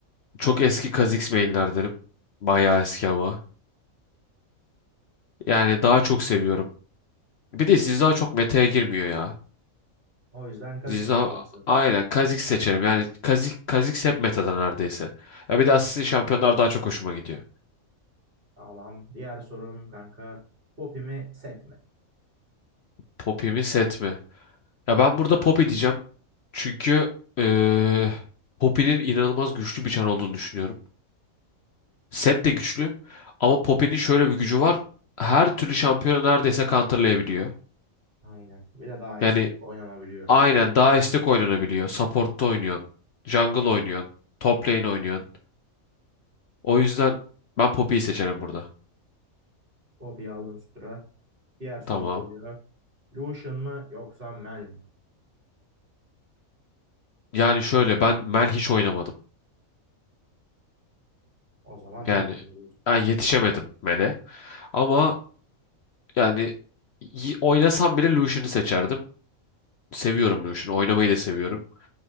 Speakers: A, on the left; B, on the right.
A: Çok eski Kha'Zix mainlerdenim. Bayağı eski ama. Yani daha çok seviyorum. Bir de Zinzao çok meta'ya girmiyor ya.
B: O yüzden Kha'Zix
A: Zinzao
B: mi diyorsun?
A: aynen Kha'Zix seçerim. Yani Kha'Zix, Kha'Zix hep meta'da neredeyse. Ya bir de Assassin Şampiyonlar daha çok hoşuma gidiyor.
B: Tamam. Diğer sorum kanka Poppy mi Set mi?
A: Poppy mi Set mi? Ya ben burada Poppy diyeceğim. Çünkü eee Poppy'nin inanılmaz güçlü bir çar olduğunu düşünüyorum. Set de güçlü. Ama Poppy'nin şöyle bir gücü var. Her türlü şampiyonu neredeyse counterlayabiliyor.
B: Aynen. Bir de daha esnek
A: Yani
B: oynanabiliyor.
A: aynen daha esnek oynanabiliyor. Support'ta oynuyorsun. Jungle oynuyorsun. Top lane oynuyorsun. O yüzden ben Poppy'yi seçerim burada.
B: Poppy'yi aldım üst tura. Diğer sorum
A: Tamam.
B: geliyor. Lucian mı yoksa Mel mi?
A: Yani şöyle ben Mel hiç oynamadım.
B: O zaman
A: Yani
B: Lucian mı
A: ben yetişemedim Mel'e. Ama yani y- oynasam bile Lucian'ı seçerdim. Seviyorum Lucian'ı. Oynamayı da seviyorum.